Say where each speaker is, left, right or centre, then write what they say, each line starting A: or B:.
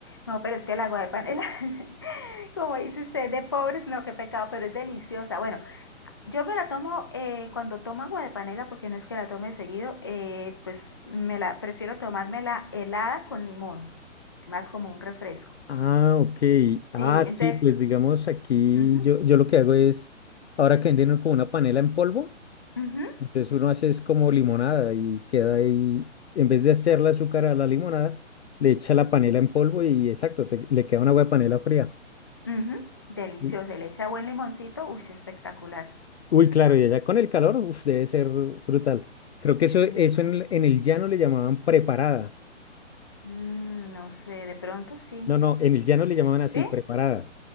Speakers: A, on the left (about 20°); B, on the left (about 60°).
A: No, pero es que el agua de panela, <laughs> como dice usted, de pobres, no, qué pecado, pero es deliciosa. Bueno, yo me la tomo eh, cuando tomo agua de panela, porque no es que la tome seguido, eh, pues me la prefiero tomármela helada con limón, más como un refresco.
B: Ah, ok. Ah,
A: Sí, entonces,
B: sí, pues digamos aquí
A: ujú,
B: yo, yo lo que hago es, ahora que venden como una panela en polvo,
A: ujú,
B: entonces uno hace es como limonada y queda ahí, en vez de echarle azúcar a la limonada, le echa la panela en polvo y exacto, te- le queda una agua de panela fría.
A: ujú, deliciosa,
B: Y-
A: y le echa buen limoncito, uy, espectacular.
B: Uy, claro, y allá con el calor, uf, debe ser brutal. Creo que eso,
A: Sí,
B: eso
A: sí.
B: en el, en el llano le llamaban preparada.
A: Mm, no sé, de pronto sí.
B: No, no, en el llano le llamaban así,
A: ¿Sí?
B: preparada.